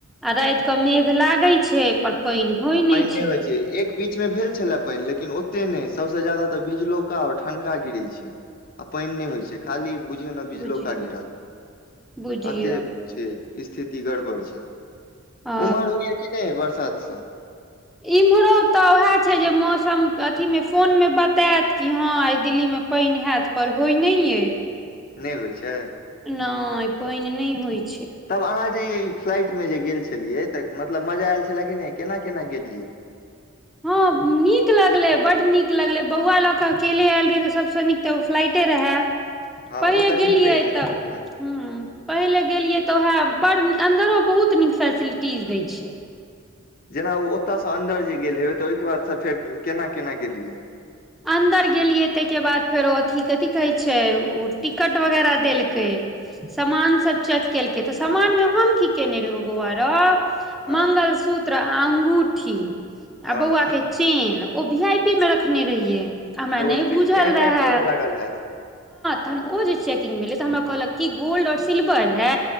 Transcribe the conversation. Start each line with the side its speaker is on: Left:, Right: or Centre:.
Centre: आ राइत कऽ मेघ लागैत छै पर पानि होइ
Left: पैने
Centre: नहि
Left: होइ छै एक बीच मे भेल छलै पाइन लेकिन ओते नहि सब जादा तऽ बिजलौका और ठनका गिरै छै आ पाइन नहि होइ छै खाली बुझियौ ने बिजलोका
Centre: बुझियौ
Left: गिरत
Centre: बुझियौ
Left: अते छै स्थिति गड़बड़ छै
Centre: आ
Left: उमहर होया कि नहि बरसात सब
Centre: इम्हरो तऽ उएह छै जे मौसम अथीमे फोन मे बतायत कि हँ दिल्लीमे पाइन हैयत पर होइ नहि अ
Left: नहि होइ छै
Centre: नहि पाइन नहि होइ छै
Left: तब अहाँ फ्लाइट मे जे गेल छलियै तऽ मतलब मजा आयल छलै कि नहि केना केना गेलियै <inaudible>
Centre: हँ नीक लगलय बड्ड नीक लगलय बौआ लऽ कऽ अकेले आयल रही तऽ सभसँ नीक तऽ ओ फ्लाइटे रहय
Left: हँ
Centre: पहिले
Left: ओ तऽ
Centre: गेलियै
Left: नीक रहै छै
Centre: तऽ
Left: तुरन्त गेलौ
Centre: ह पहिले गेलियै तऽ उएह बड़ अन्दरो बहुत बहुत नीक फेसिलिटीज दै छै
Left: जेना ओ ओतयसँ अन्दर जे गेल हेबै तऽ ओहिके बादसँ फेर केना केना गेलियै
Centre: अन्दर गेलियए ताहिके बाद फेरो अथी कथी कहै छै ओ टिकट वगैरह देलकै सामान सब चेक केलकै तऽ सामान मे हम की केने रहौ बौआ रौ
Left: हँ
Centre: मंगलसूत्र अंगूठी आ
Left: हँ
Centre: बौआ के चेन ओ भी आई पी मे रखने रहिये हमरा
Left: तऽ
Centre: नहि
Left: ओ टें
Centre: बुझल
Left: टें
Centre: रहैहं
Left: करय लागल हैत
Centre: तहन ओ जे चेकिंग भेले तऽ हमरा कहलक क गोल्ड ओर सिल्वर है